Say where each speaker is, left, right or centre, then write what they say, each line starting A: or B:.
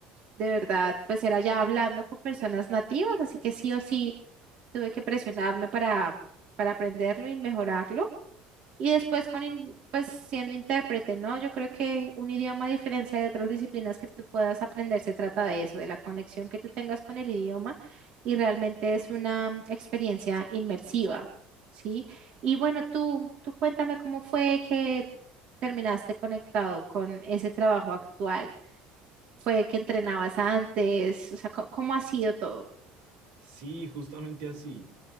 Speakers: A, on the right (about 50°); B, on the right (about 75°).
A: de verdad pues era ya hablando con personas nativas, así que sí o sí tuve que presionarme para, para aprenderlo y mejorarlo. Y después con in- pues siendo intérprete, ¿no? Yo creo que un idioma, a diferencia de otras disciplinas que tú puedas aprender, se trata de eso, de la conexión que tú tengas con el idioma y realmente es una experiencia inmersiva, ¿sí? Y bueno, tú, tú cuéntame cómo fue que terminaste conectado con ese trabajo actual. ¿Fue que entrenabas antes? O sea, co- ¿cómo ha sido todo?
B: Sí, justamente así.